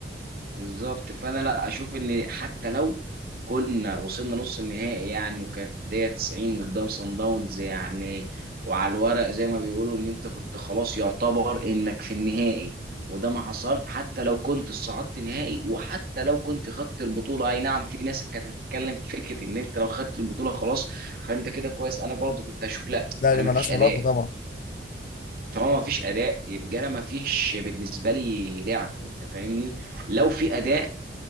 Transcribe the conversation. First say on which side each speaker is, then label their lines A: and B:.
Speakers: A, on the right (about 55°); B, on the left (about 50°).
A: بالظبط فانا لا اشوف ان حتى لو كنا وصلنا نص النهائي يعني وكانت بدايه 90 قدام صن داونز يعني وعلى الورق زي ما بيقولوا ان انت كنت خلاص يعتبر انك في النهائي وده ما حصل حتى لو كنت صعدت نهائي وحتى لو كنت خدت البطوله اي نعم في ناس كانت هتتكلم في فكره ان انت لو خدت البطوله خلاص فانت كده كويس انا برضو كنت هشوف لا
B: لا
A: انا
B: دي ملهاش
A: ما فيش اداء
B: علاقة طبعا
A: طالما ما فيش اداء يبقى انا ما فيش بالنسبه لي لعب انت فاهمني لو في اداء